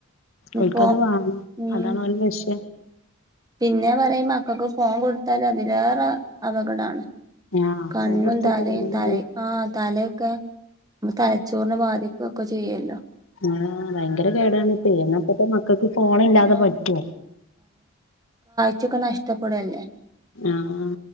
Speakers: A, on the right; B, on the left.
A: ഇനിപ്പോ
B: ഓൽക്കത് വാണം
A: ഉം
B: അതാണോലെ ലഷ്യം.
A: പിന്നെ പറയ് മക്കക്ക് ഫോൺ കൊട് ത്താല് അതിലേറെ അപകടാണ്.
B: ആഹ്
A: കണ്ണും
B: ഫോൺ കൊടുത്താൽ
A: തലേം
B: അങ്ങനെയാണ്
A: തലേ ആ തല ക്ക തലച്ചോറ്നെ ബാധിക്കൊക്ക ചെയ്യല്ലോ.
B: ആഹ് വയ്ങ്കര കേടാണിപ്പേ. ന്നാ ഇപ്പോത്തെ മക്കക്ക് ഫോണില്ലാതെ
A: ആ
B: പറ്റോ?
A: ച്ചക്കെ നഷ്ടപ്പെടല്ലെ.
B: ആഹ്.